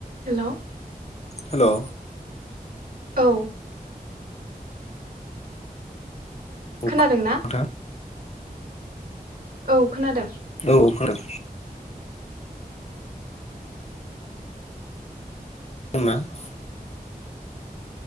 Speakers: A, on the right; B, on the left.
A: Hello.
B: Hello.
A: औ।
B: नोंथां
A: खोनादों ना? औ। खोनादों
B: औ औ खोनादों। <unintelligible>